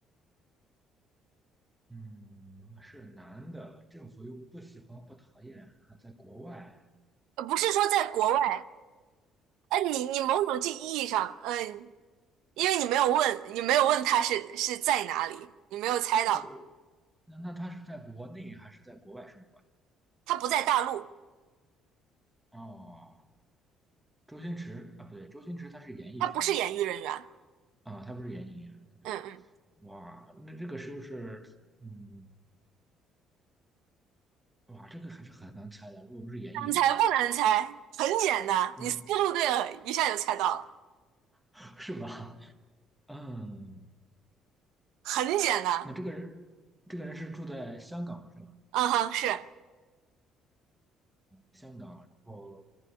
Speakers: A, in the centre; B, on the right.
A: 嗯，是男的，政府又不喜欢，不讨厌，还在国外。
B: 呃不是说在国外，哎、你你某种意义上，嗯、因为你没有问，你没有问他是是在哪里，你没有猜到，
A: 哦，那那他是在国内还是在国外生
B: 他不在大陆，
A: 活？哦，周星驰啊，不对，周星驰他是演艺圈
B: 他不是演艺人员。
A: 啊，他不是演艺那个。
B: 嗯嗯
A: 哇，那这个是不是？嗯，哇，这个还是很难猜的。如果不是演艺人员的话，
B: 难猜不难猜，很简单，
A: 那
B: 你思路对了，一下就猜到了，
A: <laughs> 是吧？嗯，
B: 很简单。
A: 那这个人，这个人是住在香港是吧？
B: 嗯哼，是
A: 香港，然后